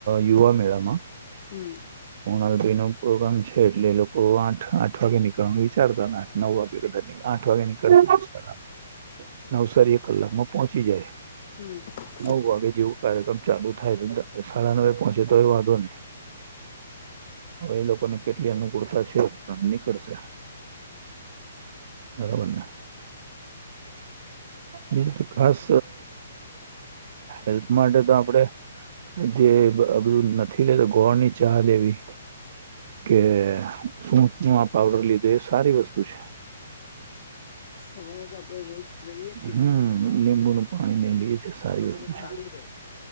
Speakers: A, on the right; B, on the left.
A: યુવા મેળામાં
B: હમ
A: પોણાલભાઈ ન પ્રોગ્રામ છે એટલે લોકો આઠ આઠ વાગે નીકળવાનું વિચારતા. નવ વાગ્યે કદાચ ની આઠ વાગ્યાે નીકળડા. નવસારી એક કલાકમાં પહોંચી જાય
B: હમ
A: નવ વાગે જેવું કાર્યક્રમ ચાલુ થાય તો સાડા નવે પહોંચે તો એ વાંધો નહી. હવે એ લોકોને કેટલી અનુકૂળતા છે નીકળશે બરોબર ને? બીજું તો ખાસ હેલ્થ માટે તો આપડે જે બધું નથી લેતો ગોળ ની ચા લેવી. કે સૂટ નું આ પાવડર લીધે એ સારી વસ્તુ છે.
B: હવારે તો આપડે રોજ લઈએે.
A: હમ લીંબુ ન પાણી લઈએ છે સારી
B: તબિયત
A: વસ્તુ છે.
B: હારી રે